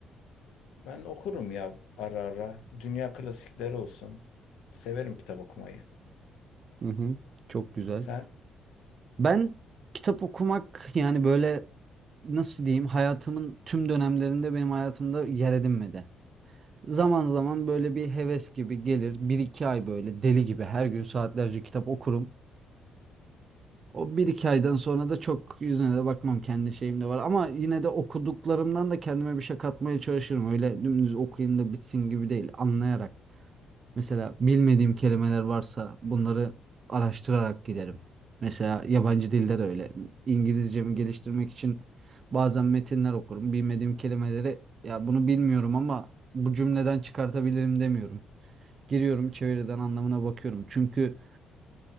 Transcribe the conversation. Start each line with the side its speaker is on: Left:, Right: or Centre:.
Left: Ben okurum ya ara ara. Dünya klasikleri olsun. Severim kitap okumayı.
Right: Hı hı. Çok güzel.
Left: Sen?
Right: Ben kitap okumak yani böyle nasıl diyeyim hayatımın tüm dönemlerinde benim hayatımda yer edinmedi. Zaman zaman böyle bir heves gibi gelir. Bir iki ay böyle deli gibi her gün saatlerce kitap okurum. O bir iki aydan sonra da çok yüzüne de bakmam kendi şeyim de var. Ama yine de okuduklarımdan da kendime bir şey katmaya çalışırım. Öyle dümdüz okuyayım da bitsin gibi değil. Anlayarak. Mesela bilmediğim kelimeler varsa bunları araştırarak giderim. Mesela yabancı dilde de öyle. İngilizcemi geliştirmek için bazen metinler okurum. Bilmediğim kelimeleri ya bunu bilmiyorum ama bu cümleden çıkartabilirim demiyorum. Giriyorum çeviriden anlamına bakıyorum. Çünkü